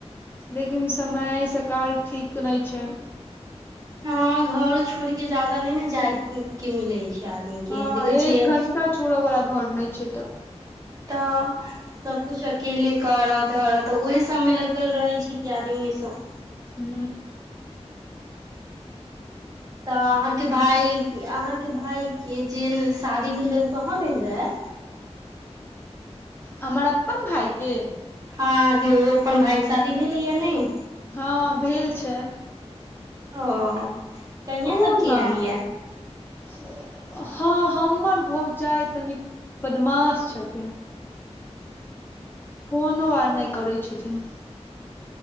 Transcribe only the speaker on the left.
लेकिन समय सकाल ठीक नहि छै
हँ
एक
घंटा छोड़ऽ वला घर नहि छै तऽ
हू
हमर अपन भाय के
हँ भेल छै
ओ
ने
<inaudible> हँ हमर भौजाई तनिक बदमाश छथिन कोनो आर
नहि करै छथिन